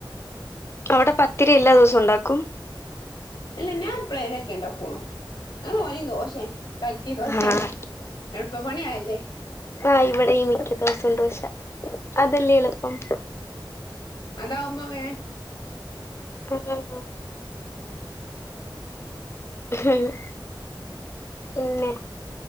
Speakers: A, on the left; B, on the left.
A: അവിടെ പത്തിരി എല്ലാ ദിവസവും ഉണ്ടാക്കും
B: ഇല്ല ഞാന് ചെലപ്പളൊക്കെ ഉണ്ടാക്കോള്ളു ആഹ് ഓനും ദോശേ കലക്കി ദോശ
A: ആഹ്
B: എളുപ്പ പണിയാ അല്ലേ
A: ആഹ ഇവിടെയും മിക്ക ദിവസവും ദോശ അതല്ലേ എളുപ്പം
B: അതാവുമ്പോമേം
A: ഉം ഉം ഉം പിന്നെ